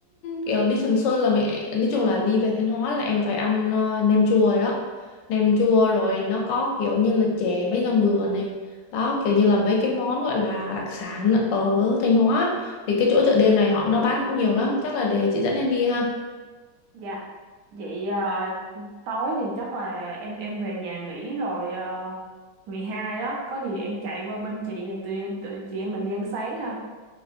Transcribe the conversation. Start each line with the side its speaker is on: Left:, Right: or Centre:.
Left: kiểu đi Sầm Sơn là mình nói chung là đi về Thanh Hóa là em phải ăn ờ, nem chua rồi đó nem chua rồi nó có kiểu như là chè mấy rong bừa này đó kiểu như là mấy cái món gọi là đặc sản ở Thanh Hóa thì cái chỗ chợ đêm này họ nó bán cũng nhiều lắm chắc là để chị dẫn em đi ha
Right: dạ vậy ờ, tối thì chắc là em em về nhà nghỉ rồi ờ, ngày hai đó có gì em chạy qua bên chị rồi tụi em tụi chị em mình đi ăn sáng ha